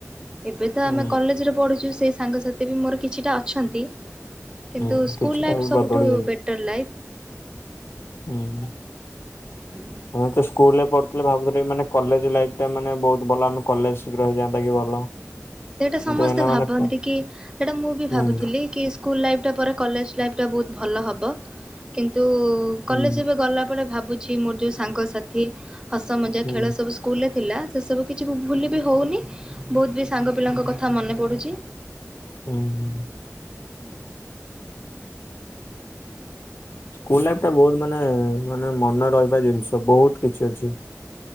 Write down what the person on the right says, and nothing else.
ଏବେ ତ
ଆମେ କଲେଜ ରେ ପଢ଼ୁଛୁ ସେଇ ସାଙ୍ଗ ସାଥିବି ମୋର କିଛି ଟା ଅଛନ୍ତି। କିନ୍ତୁ
ସ୍କୁଲ୍
ଲାଇପି
ସବୁଠୁ
ବେଟର ଲାଇଫି।
<unintelligible>
ସେଇଟା ସମସ୍ତେ
ଭାବନ୍ତି
କି ସେଇଟା ମୁଁ ବି
ଭାବୁଥିଲି କି ସ୍କୁଲ ଲାଇଫ ଟା ପରେ କଲେଜ୍ ଲାଇଫ ଟା ବହୁତ ଭଲ ହେବ କିନ୍ତୁ
କଲେଜ ଏବେ ଗଲା ପରେ ଭାବୁଛି ମୋର ଯୋଉ ସାଙ୍ଗସାଥୀ ହସ ମଜା
ଖେଳ ସବୁ ସ ସ୍କୁଲ୍ ରେ ଥିଲା ସେ ସବୁ କିଛି ବି ଭୁଲି ବି ହେଉନି ବହୁତ ବି ସାଙ୍ଗପିଲାଙ୍କ କଥା ମନେ ପଡୁଛି।
<inaudible>